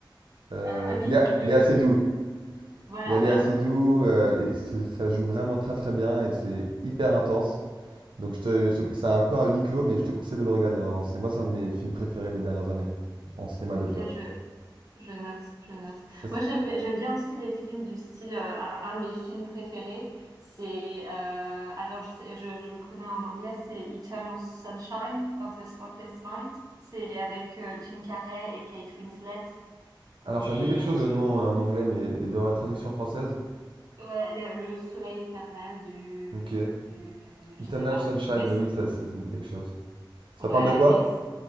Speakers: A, on the right; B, on the right.
A: euh,
B: Euh, ah oui,
A: Léa,
B: je
A: Léa
B: vois
A: Seydoux.
B: qui est. Voilà,
A: Il y a Léa
B: voilà.
A: Seydoux, euh, et c'est- ça joue vraiment très très bien et c'est hyper intense. Donc, je te, je te- c'est un peu un huis clos, mais je te conseille de le regarder vraiment. C'est moi, c'est un de mes films préférés des dernières années en cinéma
B: Ok,
A: d'auteur.
B: je, Je note, je note.
A: Ça s-
B: Moi, j'aime, j'aime bien aussi les films du style, euh, un, un de mes films préférés, c'est, euh, alors je sais, je, je le connais en anglais, c'est Eternal Sunshine of the Spotless Mind. C'est avec euh, Jim Carrey et Kate Winslet.
A: alors,
B: Et
A: ça me dit quelque chose
B: j'ai-
A: le nom euh, en anglais, mais il doit y avoir une traduction française.
B: ouais, le, le soleil éternel du,
A: Ok.
B: du, du, du- je
A: Eternal
B: sais pas.
A: Sunshine,
B: Mais
A: mais oui, ça, ça, ça me dit quelque chose. Ça
B: Ouais,
A: parle de quoi?
B: et c-